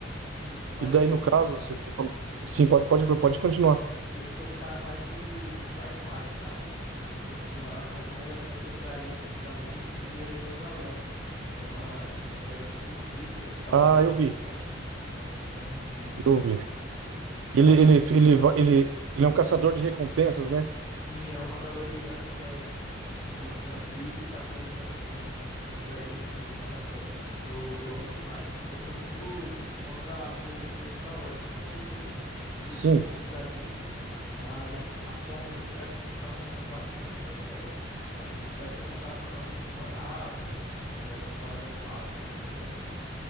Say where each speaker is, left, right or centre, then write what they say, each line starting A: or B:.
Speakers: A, on the left; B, on the right.
A: Uhum, mas,
B: E daí,
A: assim,
B: no caso, você. tá falando- Sim, pode, pode, pode continuar.
A: eu sou um cara mais do, do sci-fi, sabe? Então, assim, uma, a recomendação que eu traria, assim, pra mesa seria The Mandalorian. É uma, uma série, assim, perfeita, que é de Star
B: Ah,
A: Wars,
B: eu vi.
A: sabe? Nossa, é muito boa, muito
B: Eu
A: boa
B: vi.
A: mesmo, muito boa. Vai
B: Ele, ele,
A: sair.
B: ele, va- ele, ele é um caçador de recompensas, né?
A: Sim, é o Mandaloriano, que é, assim, uma, uma tribo caçadora de recompensas. Nossa, é incrível, cara, a série. Eu, eu amo demais, assim, porque eu sou muito fã da trilogia Star Wars, né? Só não gostei dos, dos últimos
B: Sim.
A: filmes da Disney, mas atualmente eu acho que eles estão acertando bastante nessa série, sabe? E Vai ser lançada uma nova temporada, aí que é a temporada 4 se eu não me engano.